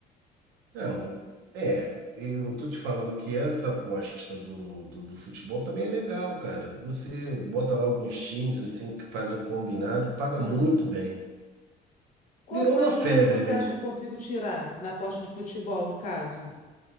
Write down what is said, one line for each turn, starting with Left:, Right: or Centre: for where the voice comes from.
Right: Não, é, eu tô te falando que essa aposta do, do, do futebol também é legal, cara. Você bota lá alguns times assim, que faz um combinado, paga
Left: Ah.
Right: muito bem.
Left: Quanto
Right: Virou
Left: mais
Right: uma febre,
Left: ou menos você
Right: né?
Left: acha que eu consigo tirar na aposta de futebol, no caso?